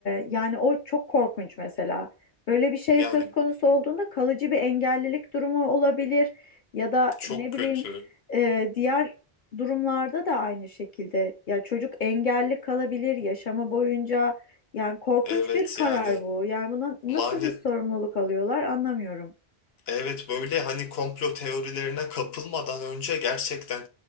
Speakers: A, on the left; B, on the left.
A: yani o çok korkunç mesela. Böyle bir şey
B: Yani
A: söz konusu olduğunda kalıcı bir engellilik durumu olabilir ya da
B: çok
A: ne bileyim
B: kötü.
A: e, diğer durumlarda da aynı şekilde. Ya çocuk engelli kalabilir yaşama boyunca. Yani korkunç
B: Evet
A: bir karar
B: yani
A: bu. Yani buna nasıl
B: mali
A: bir sorumluluk alıyorlar anlamıyorum.
B: Evet böyle hani komplo teorilerine kapılmadan önce gerçekten